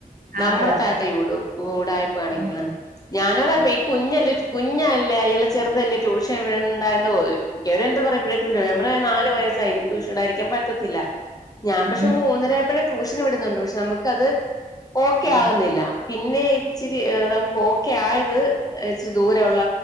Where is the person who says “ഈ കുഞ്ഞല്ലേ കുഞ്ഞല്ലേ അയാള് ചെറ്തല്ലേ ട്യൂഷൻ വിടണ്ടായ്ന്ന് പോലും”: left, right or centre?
Left